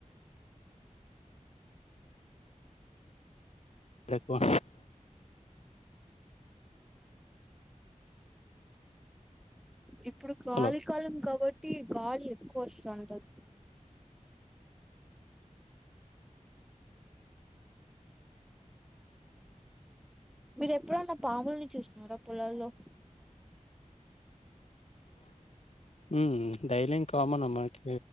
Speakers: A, on the left; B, in the centre.
A: తక్కువ
B: ఇప్పుడు గాలి
A: హలో
B: కాలం కాబట్టి గాలి ఎక్కువ వస్తుంది. మీరు ఎప్పుడన్న పాముల్ని చూసినారా పొలాల్లో?
A: మ్ డైలీ ఇంకా కామన్ మనకి